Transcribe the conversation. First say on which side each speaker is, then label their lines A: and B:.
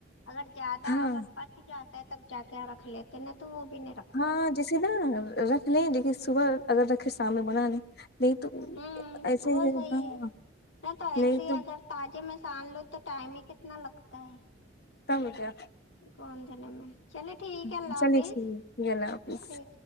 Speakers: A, on the left; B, on the left.
A: اگر زیادہ
B: ہاں
A: اگر بچ جاتا ہے تب جا کے رکھ لیتے نا تو وہ بھی نہیں رکھ
B: ہاں جیسے نا رکھ لیں لیکن صبح اگر رکھیں شام میں بنا لیں نہیں تو
A: ہوں
B: ایسے
A: وہ صحیح
B: ہاں
A: ہے ایسے
B: نہیں
A: ہی
B: تو
A: اگر تازے میں سان لو تو ٹائم ہی کتنا لگتا ہے
B: <unintelligible>
A: گندن میں چلے ٹھیک
B: ہاں
A: ہے اللہ
B: چلیے
A: حافظ
B: چلیے ٹھیک ہے اللہ حافظ
A: ٹھیک